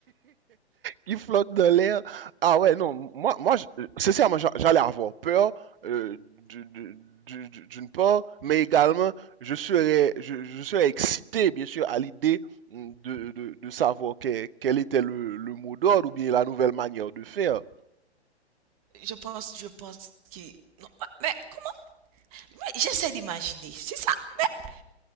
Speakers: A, on the right; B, on the right.
A: il flotte dans l'air. Ah ouais, non, moi, moi, je- sincèrement, j'a- j'allais avoir peur euh, du- du- du- du- d'une part, mais également, je serais, je, je serais excité, bien sûr, à l'idée mm, de, de, de savoir que- quel était le, le mot d'ordre ou bien la nouvelle manière de faire.
B: Je pense, je pense que, non, mais comment? Oui, j'essaie d'imaginer. C'est ça. Mais